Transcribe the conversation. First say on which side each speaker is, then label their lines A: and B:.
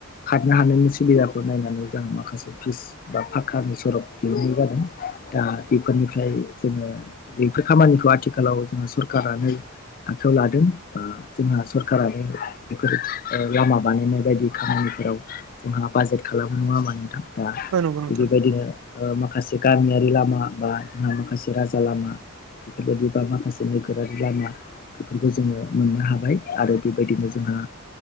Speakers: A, on the left (about 45°); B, on the right (about 80°).
A: खारनो हानायनि सुबिदाखौ नायनानै जों माखासे फिस बा फाख्खानि सरप दिहुननाय जादों। दा बेफोरनिफ्राय जोङो बेफोर खामानिखौ आथिखालाव जोङो सरखारानो आखायाव लादों बा जोंहा सरखारानो बेफोर ओ लामा बानायनाय बायदि खामानिफोराव जोंहा बाजेट खालामो नङा होमबा नोंथां? दा
B: औ नंगौ नोंथां
A: बेबायदिनो ओ माखासे गामियारि लामा बा जोंहा माखासे राजा लामा, बेफोरबायदि बा माखासे नोगोरारि लामा बेफोरखौ जोङो मोननो हाबाय आरो बेबायदिनो जोंहा